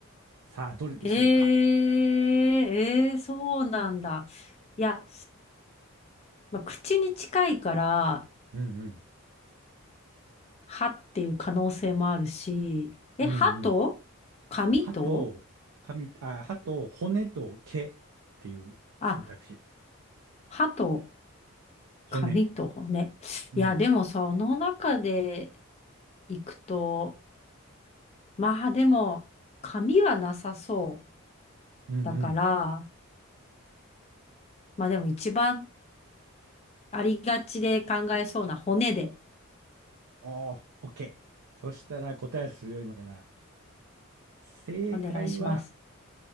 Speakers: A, on the right; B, on the left.
A: さあ、どれでしょうか
B: へえ、ええそうなんだ。いや、まあ、口に近いから、
A: うんうん。
B: 歯っていう可能性もあるし、え、
A: うんうん。
B: 歯と髪と
A: 歯と髪、あ、歯と骨と毛っていう選択肢。
B: あ、歯と
A: 骨。
B: 髪とね。
A: うん。
B: いや、でもその中で行くと、まあでも髪はなさそ
A: うんうん
B: うだから、まあでも一番ありがちで考えそうな骨で
A: おー、OK。そしたら答え合わせするよ、今から。正解は、
B: お願いします。